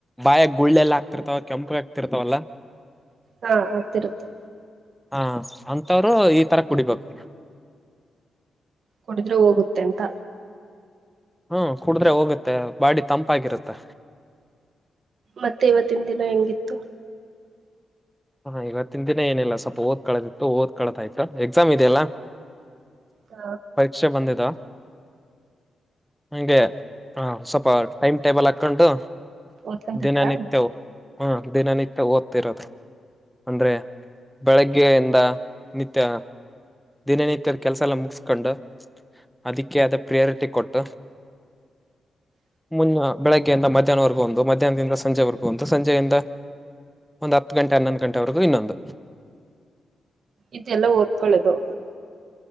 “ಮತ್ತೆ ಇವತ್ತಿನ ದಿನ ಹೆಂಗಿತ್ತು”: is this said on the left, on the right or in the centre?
Right